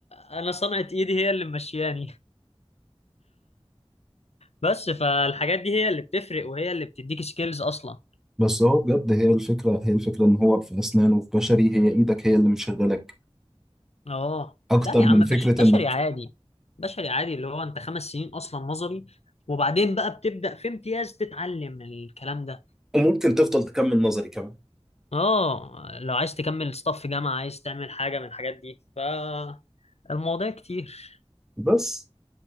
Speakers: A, on the left; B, in the centre.
A: انا صنعة ايدي هي اللي ممشياني بس فالحاجات دي هي اللي بتفرق وهي اللي بتديك سكيلز اصلا
B: بس هو بجد هي الفكره هي الفكره ان هو في اسنان وفي بشري هي ايدك هي اللي مشغلك
A: اه
B: اكتر
A: لا يا
B: من
A: عم
B: فكره
A: بش بشري
B: انك
A: عادي بشري عادي اللي هو انت خمس سنين اصلا نظري وبعدين بقى بتبدأ في امتياز تتعلم الكلام ده
B: وممكن تفضل تكمل نظري كمان
A: اه لو عايز تكمل ستاف في جامعة عايز تعمل حاجة من الحاجات دي فالمواضيع كتير
B: بس